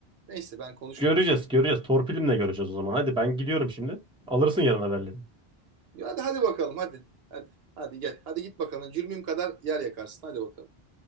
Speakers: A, on the right (about 70°); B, in the centre.
A: Neyse ben konuşmayayım
B: Göreceğiz,
A: şimdi.
B: göreceğiz. Torpilimle göreceğiz o zaman. Hadi ben gidiyorum şimdi. Alırsın yarın haberleri.
A: Ya Hadi hadi bakalım hadi. Hadi hadi gel. Hadi git bakalım. Cürmüm kadar yer yakarsın. Hadi bakalım.